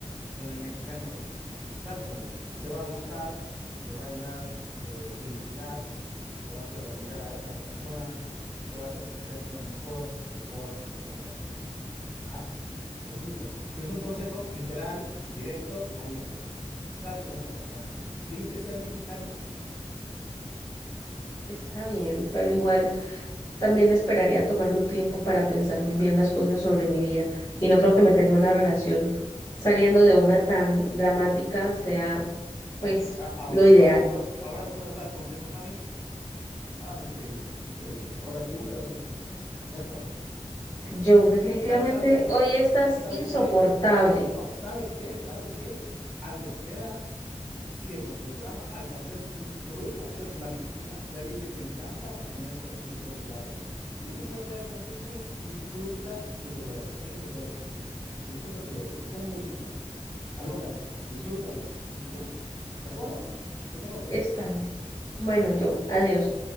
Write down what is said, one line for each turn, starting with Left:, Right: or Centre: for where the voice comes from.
Centre: con el mexicano este, sal con él. Te va a gustar, te va a llenar de felicidad, te va a hacer olvidar a esta persona y te va a hacer ser una mejor, mejor mujer. Hazlo. Ese es mi consejo. ¿Quieres un consejo literal, directo? Ahí está. Sal con esa persona. Dile que sea el mexicano.
Left: Está bien, pero igual también esperaría tomarme un tiempo para pensar muy bien las cosas sobre mi vida. Y no creo que meterme en una relación saliendo de una tan dramática sea, pues,
Centre: Ah, ah,
Left: lo ideal.
Centre: ahora tú me, ahora tú me vas a dar consejos a mí. Ah, increíble, increíble. Ahora tú me das consejos a mí. De acuerdo.
Left: Joe, definitivamente
Centre: Sa- ¿Sabes qué?
Left: hoy estás
Centre: ¿Sabes
Left: insoportable.
Centre: qué? No, ¿sabes qué? ¿Sabes qué? Haz lo que quieras. Sigue con tu drama. Al parecer, disfrutas ser la víctima. Ya vi que te encanta ponerte así en todos lados. Si es eso realmente, entonces disfruta tu dolor. Es lo que te va a decir. Disfruta tu dolor. Pon música. Alócate. Disfrútalo. ¿Y ya? ¿De acuerdo? Me tengo que
Left: Está
Centre: ir.
Left: bien. Bueno, Joe, adiós.